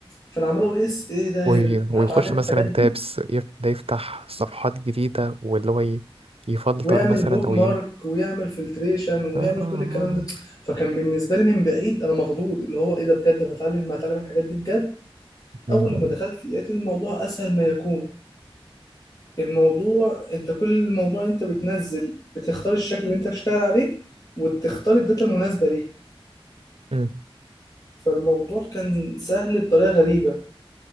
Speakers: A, on the left (about 40°); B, on the right (about 75°).
A: فانا عمال اقول ايه الس- ايه ده ايه
B: وي-
A: ده
B: ويخش
A: أنا هتعلم
B: مثلا
A: الحاجات دي
B: تابس يف- ده يفتح صفحات جديدة واللي هو ي- يفلتر
A: ويعمل
B: مثلا
A: بوك
B: او
A: مارك
B: ي...
A: ويعمل فلتريشن ويعمل
B: اه آه.
A: كل الكلام ده فكان بالنسبه لي من بعيد انا مخضوض اللي هو ايه ده بجد أنا هتعلم هتعلم الحاجات دي بجد
B: مم.
A: اول لما دخلت لقيت إن الموضوع اسهل ما يكون الموضوع انت كل موضوع انت بتنزل بتختار الشكل اللي انت هتشتغل عليه وتختار الداتا المناسبة ليه
B: مم.
A: فالموضوع كان سهل بطريقة غريبة